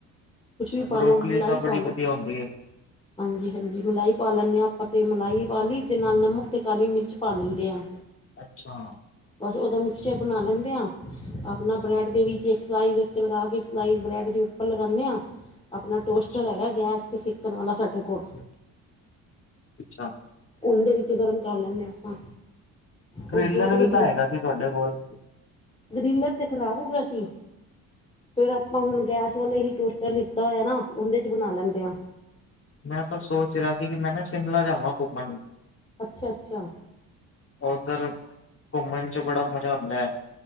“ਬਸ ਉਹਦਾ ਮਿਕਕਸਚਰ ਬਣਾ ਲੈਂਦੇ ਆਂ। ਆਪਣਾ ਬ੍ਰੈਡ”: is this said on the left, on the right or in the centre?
Left